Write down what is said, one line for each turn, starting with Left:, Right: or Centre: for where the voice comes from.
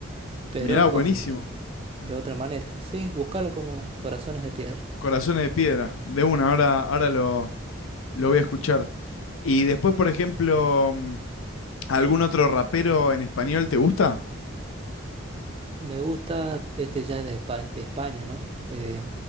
Right: pero
Left: Mirá,
Right: con
Left: buenísimo.
Right: de otra manera. Sí, búscalo como Corazones de Piedra.
Left: Corazones de piedra, de una, ahora, ahora lo, lo voy a escuchar. Y después, por ejemplo, mm, ¿algún otro rapero en español te gusta?
Right: Me gusta este jazz de España, de España, ¿no? Eh,